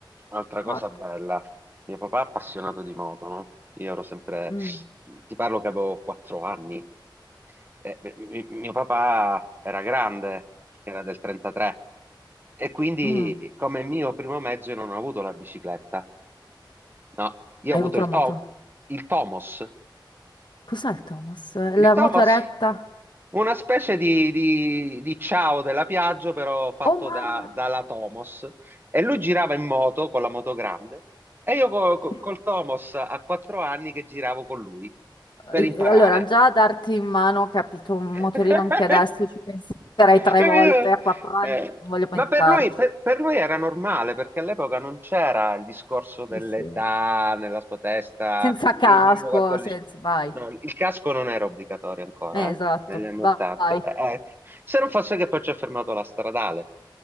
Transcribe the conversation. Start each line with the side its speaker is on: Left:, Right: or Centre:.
Right: un'altra cosa
Left: morto.
Right: bella. Mio papà è appassionato di moto, no? Io ero sempre...
Left: Mm,
Right: Ti parlo che avevo quattro anni. Eh, beh, mi- mio papà era grande, era del 33, e quindi
Left: mm.
Right: come mio primo mezzo io non ho avuto la bicicletta. No, io
Left: Hai
Right: ho avuto
Left: avuto
Right: il,
Left: la
Right: to-
Left: moto?
Right: il Tomos.
Left: Cos'è il Thomas?
Right: Il
Left: La
Right: Thomas,
Left: motoretta?
Right: una specie di, di, di ciao della Piaggio, però fatto
Left: Oh mamma!
Right: da- dalla Tomos. E lui girava in moto con la moto grande e io co- co-
Left: Eh,
Right: col Tomos a quattro anni che giravo con lui per
Left: eh,
Right: imparare.
Left: Allora, già a darti in mano, ho capito, un
Right: <laughs>
Left: motorino anche adesso ci penserei tre
Right: Capito?
Left: volte, a quattro anni,
Right: Eh,
Left: non voglio pensarci.
Right: Ma per lui, per- per lui era normale perché all'epoca non c'era il discorso dell'età
Left: Eh sì.
Right: nella sua testa,
Left: Senza casco,
Right: il minimo 14.
Left: senza, vai.
Right: No, il casco non era obbligatorio ancora,
Left: Eh,
Right: eh,
Left: esatto,
Right: Negli anni
Left: vai.
Right: 80. Eh, eh, se non fosse che poi ci ha fermato la stradale.